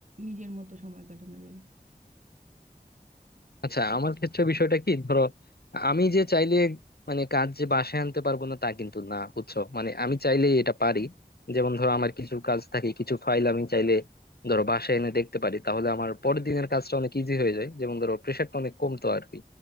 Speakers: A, on the right; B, on the left.
A: নিজের মতো সময় কাটানো যায়
B: আচ্ছা আমার ক্ষেত্রে বিষয়টা কি ধরো আমি যে চাইলে মানে কাজ যে বাসায় আনতে পারবো না তা কিন্তু না বুঝছো মানে আমি চাইলে এটা পারি যেমন ধরো আমার কিছু কাজ থাকে কিছু ফাইল আমি চাইলে ধরো বাসায় এনে দেখতে পারি তাহলে আমার পরের দিনের কাজটা অনেক ইজি হয়ে যায় যেমন ধরো প্রেশারটা অনেক কমতো আর কি